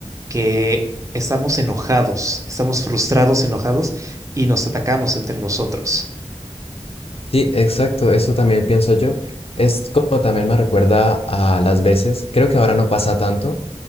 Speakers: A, on the right; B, on the left.
A: que estamos enojados, estamos frustrados, enojados y nos atacamos entre nosotros.
B: Sí, exacto, eso también pienso yo. Es como también me recuerda a las veces, creo que ahora no pasa tanto,